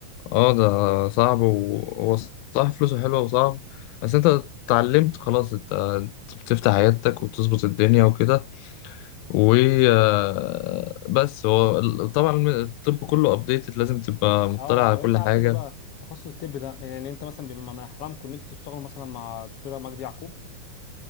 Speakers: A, on the left; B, on the left.
A: آه، ده صعب وهو صح فلوسه حلوه وصعب بس انت اتعلمت خلاص انت أنت بتفتح عيادتك وبتظبط الدنيا وكده و آه، بس هو ال- طبعا الطب كله ابديتد لازم تبقى مطلع
B: اه
A: على
B: طب
A: كل
B: انت على
A: حاجه
B: كده بقى تخصص الطب ده يعني انت مثلا بيبقى من احلامكم ان انتوا تشتغلوا مثلا مع دكتوره مجدي يعقوب